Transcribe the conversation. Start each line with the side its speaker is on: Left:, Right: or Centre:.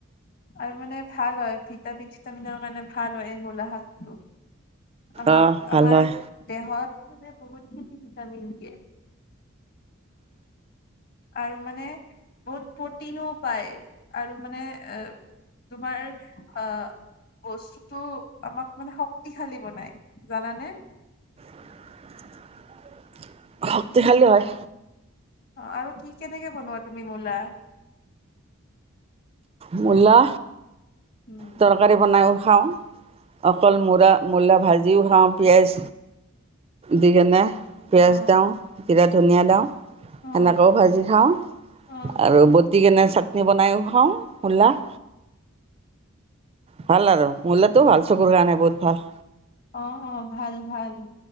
Left: আৰু মানে ভাল হয় ভিটামিন ছিটামিনৰ কাৰণে ভাল হয় এই মূলা শাকটো আমাক-আমাৰ
Right: অঁ ভাল হয়
Left: দেহত মানে বহুত খিনি ভিটামিন দিয়ে। আৰু মানে বহুত প্ৰটিনো পায় আৰু মানে এ। তোমাৰ আ বস্তুটো আমাক মানে শক্তিশালী বনাই, জানানে?
Right: <inaudible> শক্তিশালী হয়।
Left: অ' আৰু কি কেনেকে বনোৱা তুমি মূলা
Right: মূলা।
Left: উম
Right: তৰকাৰী বনাইও খাওঁ, অকল মূৰা-মূলা ভাজিও খাওঁ, পিঁয়াজ দি কেনে পিয়াজ
Left: অ
Right: দাওঁ জীৰা ধনিয়া দাওঁ
Left: অ
Right: সেনেকেও ভাজি খাওঁ
Left: অ
Right: আৰু বতি কেনে। চাটনি বনাইও খাওঁ মূলা, তা ভাল আৰু, মূলাটোও ভাল, চকুৰ কাৰণে বহুত ভাল।
Left: অ- অ ভাল ভাল